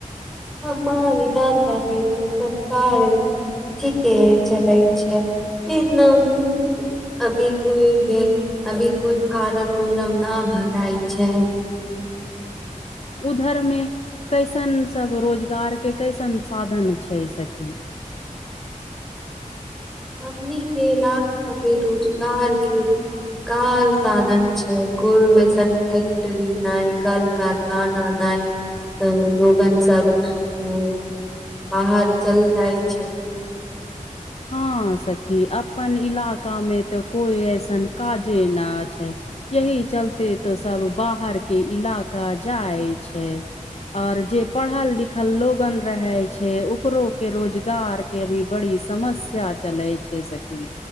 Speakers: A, in the centre; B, on the left.
A: हमार इलाकामे त सब काज ठीके चलय छैक ह अभी कोइ भी फार्म उरम नहि भराय छैक
B: हू <unintelligible> उधरमे कैसन सब रोजगारकेँ कैसन साधन छैक सखि <inaudible>
A: हमनी केँ इलाका मे रोजगारकेँ काल साधन छैक कोइ ऐसन फैक्टरी नहि कल कारखाना नहि तऽ लोगन सब बाहर चल जाइत छैक
B: हां सखी अप्पन इलाका मे तऽ कोइ ऐसन काजे नहि छैक यही चलते तऽ सब बाहर केँ इलाका जाइत छैक और जे पढ़ल लिखल लोगन रहैत छैक ओकरो केंँ रोजगार केँ अभी बड़ी समस्या चलैइ छैक सखि